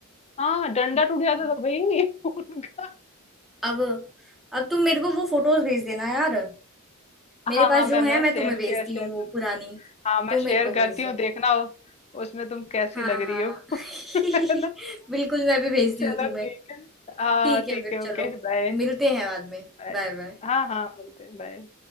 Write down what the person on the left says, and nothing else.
हाँ डंडा
टूट जाता था भाई <laughs> उनका
हाँ
हाँ
मैं
मैं
शेयर
शेयर
शेयर
करती
हूँ हाँ मैं
शेयर
करती
हूँ
देखना उस, उसमें तुम कैसी
लग रही
हो
<laughs> है ना
चलो
ठीक है हाँ
ठीक
है
ओके बाय
बाय
हाँ हाँ मिलते हैं बाय